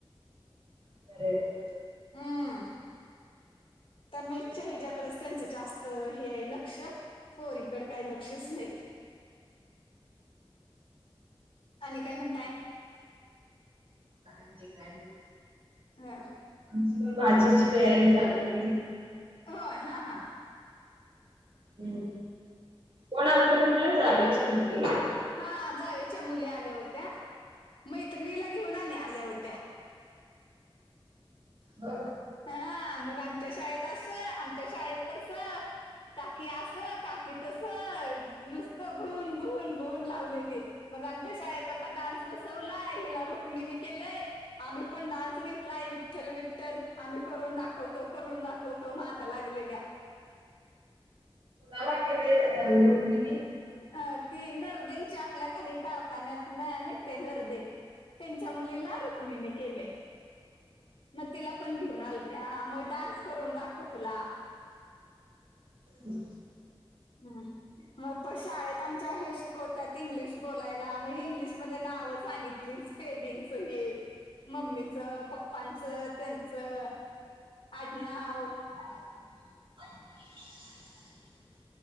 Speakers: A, on the right; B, on the left.
A: ह <unintelligible>
B: हम्म त्या मेसच्या हच्या्याकडच त्यांचं जास्त हे आहे लक्ष. पोरीकडं काय ल क्षच नाही, आणि काय म्हणताय?
A: का ठी काय <unintelligible>
B: हा.
A: आमची पण भाजीची तयारी चालू होती.
B: होय हा हा.
A: हम्, कोण आलं तर म्हटलं जावेच्या मुगी? <unintelligible>
B: हा जावेच्या मुली आल्या होत्या, मैत्रिणीला घेऊन आणि आल्या होत्या.
A: हा.
B: हा, मग आमच्या शाळेत असं, आमच्या शाळेत तस. काकी अस, काकी तस नुसतं, भून-भून-भून लावलेली. मग आमच्या शाळेत आता डान्स बसवलाय, हिला रुक्मिनी केलंय. आम्ही पण डान्स घेतलाय, विठ्ठल-विठ्ठल. आम्ही करून दाखवतो, करून दाखवतो, माग लागलेल्या.
A: काुमिनी <unintelligible>
B: अ ती नरदेची आपल्या खाली कारखान्यात नाही का नरदे. त्यांच्या मुलीला रुक्मिनी केलय. मग तिला पण घेऊन आलत्या, मग डान्स करून दाखवला.
A: हम्.
B: हम्. मग प शाळेत आमच्या हे शिकवत्यात इंग्लिश बोलायला, मग इंग्लिशमध्ये नाव सांगितली. स्पेल्लिंगसहित मम्मीच, पप्पांचं, त्यांचं आडनाव.
A: <inaudible>